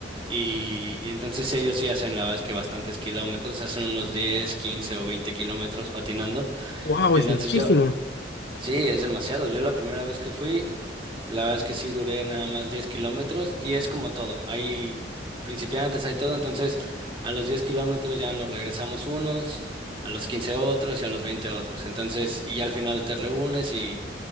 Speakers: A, on the right (about 30°); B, on the left (about 65°).
A: y, y entonces ellos sí hacen la verdad es que bastantes kilómetros, hacen unos 10 15 o 20 kilómetros patinando.
B: ¡Wow!
A: Entonces
B: Es muchísimo.
A: yo Sí, es demasiado. Yo la primera vez que fui, la verdad es que sí duré nada más 10 kilómetros y es como todo. Hay principiantes, hay todo. Entonces, a los 10 kilómetros ya nos regresamos unos, a los 15 otros y a los 20 otros. Entonces, y ya al final te reúnes y,